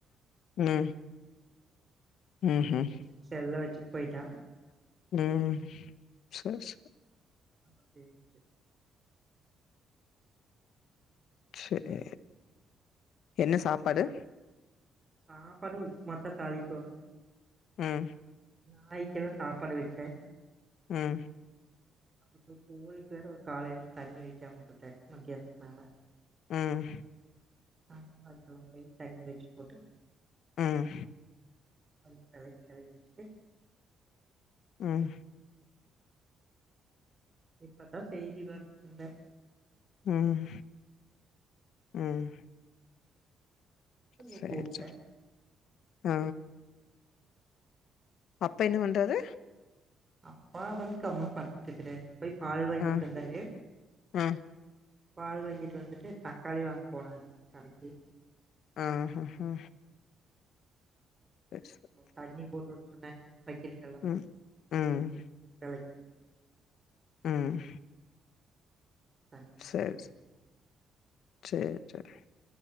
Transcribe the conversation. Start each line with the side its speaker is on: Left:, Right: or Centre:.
Left: ம் ம்ஹும்
Right: சேர் சேர் செல்ல வச்சுட் போய்ட்டா
Left: ம் சே சே
Right: அப்டின்ச்சு
Left: சேரி என்ன சாப்பாடு
Right: சாப்பாடு உப்மா தா தாளிக்கோனு
Left: ம்
Right: நாய்க்கில்லா சாப்பாடு வச்சே
Left: ம்
Right: அப்ப போய் கோழிக் வேற காலைலந் தண்ணி வக்காம வுட்டுட்டே மத்யான்த்துக்கு மேல
Left: ம்
Right: தண்ணி மாடத்துல கொண்டு போய் தண்ணி வச்சு போட்டு
Left: ம்
Right: போய் வெலக்கழுவி வச்சுட்டு
Left: ம்
Right: இப்பதா செய்தி <inaudible> இருந்தே
Left: ம் ம்
Right: நீ
Left: சேரி
Right: கூப்பிட்ட
Left: சேர் ஆ அப்ப என்ன பண்றது
Right: அப்பா வந்து கம்முன் படுத்துகிறாரு போய் பால் வாங்கிட்
Left: ஆ
Right: வந்தாரு
Left: ஆ
Right: பால் வாங்கிட்டு வந்துட்டு தக்காளி வாங்க போனாரு கடைக்கி
Left: அஹஹா சேர்
Right: தண்ணி போட்டுட சொன்னே பைக்கெட்
Left: ம் ம்
Right: கலெக்
Left: ம்
Right: தண்ணி போட்டுட்டு
Left: சேர் சேர் சேரி